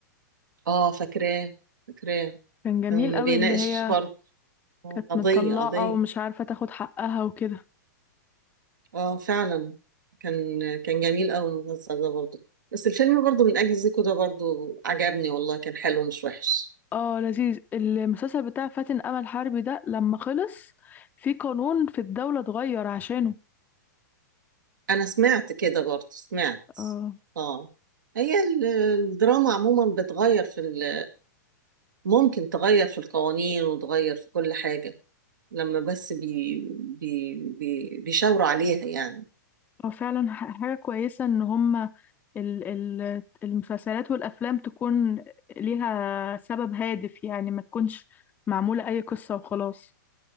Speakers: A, on the right; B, on the left.
A: اه فاكراه فاكراه
B: كان جميل
A: كان
B: قوي
A: بيناقش
B: اللي هي
A: برضه قضية
B: كانت متطلقة
A: قضية
B: ومش عارفة تاخد حقها وكده
A: اه فعلا كان كان جميل قوي المسلسل ده برضه بس الفيلم برضه من اجل زيكو ده برضه عجبني والله كان حلو مش وحش
B: اه لذيذ المسلسل بتاع فاتن أمل حربي ده لما خلص في قانون في الدولة اتغير عشانه
A: انا سمعت كده برضه سمعت
B: اه
A: اه هي ال- الدراما عموما بتغير في ال- ممكن تغير في القوانين وتغير في كل حاجة لما بس بي بي بي بيشاوروا عليها يعني
B: هو فعلا ح- حاجة كويسة إن هما ال- ال- المسلسلات والأفلام تكون ليها سبب هادف يعني ما تكونش معمولة أي قصة وخلاص